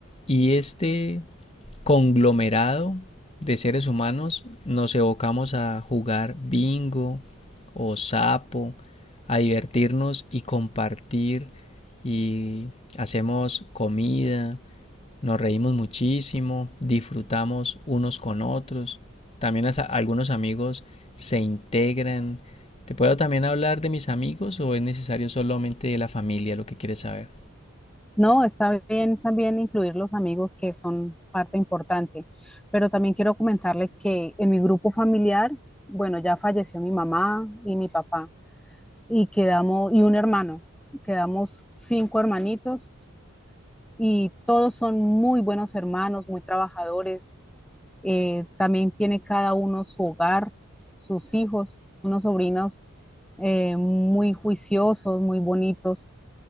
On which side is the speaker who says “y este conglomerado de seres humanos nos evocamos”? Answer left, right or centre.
Left